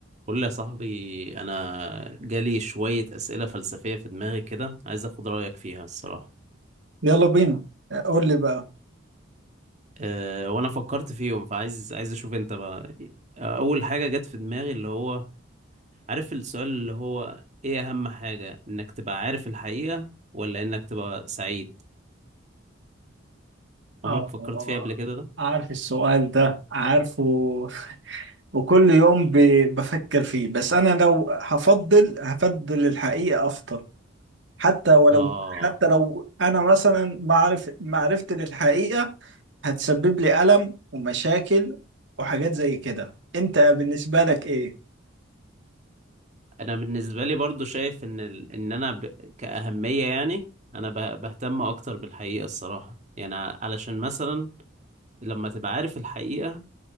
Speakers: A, on the right (about 35°); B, on the right (about 65°).
A: قول لي يا صاحبي انا جالي شوية أسئلة فلسفية في دماغي كده عايز اخد رأيك فيها الصراحة
B: يلا بينا قول لي بقى
A: أه وانا فكرت فيهم فعايز عايز اشوف انت بقى آه، اول حاجة جت في دماغي اللي هو عارف السؤال اللي هو ايه اهم حاجة انك تبقى عارف الحقيقة ولا انك تبقى سعيد
B: اه
A: عمرك فكرت
B: آه، آه.
A: فيها قبل كده ده
B: عارف السؤال ده عارفه <laughs> وكل يوم ب- بفكر فيه بس انا لو هفضل هفضل الحقيقة افضل حتى ولو
A: اه
B: حتى لو انا مثلا معرف معرفتي للحقيقة هتسبب لي ألم ومشاكل وحاجات زي كده انت بالنسبة لك ايه
A: انا بالنسبة لي برضو شايف ان ال... ان انا ب... كأهمية يعني انا ب... بهتم اكتر بالحقيقة الصراحة يعني علشان مثلا لما تبقى عارف الحقيقة